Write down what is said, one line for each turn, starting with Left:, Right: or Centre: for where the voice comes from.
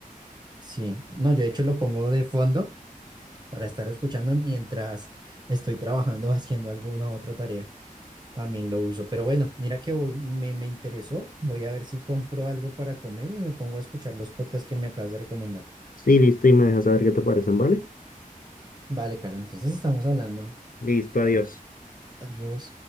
Right: Sí, no, yo de hecho lo pongo de fondo para estar escuchando mientras estoy trabajando, <laughs> haciendo alguna otra tarea. También lo uso. Pero bueno, mira que hoy me, me interesó. Voy a ver si compro algo para comer y me pongo a escuchar los podcasts que me acabas de recomendar.
Left: Sí, listo, y me dejas saber qué te parecen, ¿vale?
Right: Vale, Carlos, entonces estamos hablando.
Left: Listo, adiós.
Right: Adiós.